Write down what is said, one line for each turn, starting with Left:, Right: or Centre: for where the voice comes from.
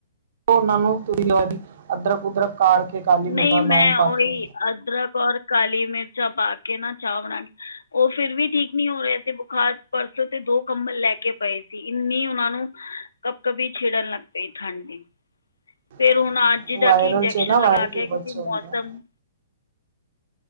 Right: ਓਨਾਂ ਨੂੰ <unintelligible> ਅਦਰਕ, ਉਦਰਕ ਕਾੜ ਕੇ <unintelligible>
Left: ਨਈਂ ਮੈਂ
Right: ਲੌਂਗ ਪਾ
Left: ਓਈ,
Right: ਕੇ
Left: ਅਦਰਕ ਔਰ ਕਾਲੀ ਮਿਰਚਾਂ ਪਾ ਕੇ ਨਾਂ ਚਾਅ ਬਨਾਈ ਓ ਫਿਰ ਵੀ ਠੀਕ ਨੀਂ ਹੋ ਰੇ ਤੇ ਬੁਖਾਰ, ਪਰਸੋਂ ਦੇ ਦੋ ਕੰਬਲ ਲੈ ਕੇ ਪਏ ਸੀ। ਇੰਨੀ ਉਨਾਂ ਨੂੰ ਕਪਕਪੀ ਛਿੜਨ ਲਗ ਪਈ ਠੰਡ ਦੀ
Right: <inaudible>
Left: ਫੇਰ ਹੁਣ ਅੱਜ ਦਾ
Right: ਵਾਇਰਲ
Left: ਕਿ ਇਨਜੈਕਸ਼ਨ
Right: 'ਚ ਨਾ ਵਾਇਰਲ
Left: ਲਗਾ
Right: ਫੀਵਰ
Left: ਕੇ, ਕਿਉਂਕਿ
Right: 'ਚ
Left: ਮੌਸਮ
Right: ਹੁੰਦਾ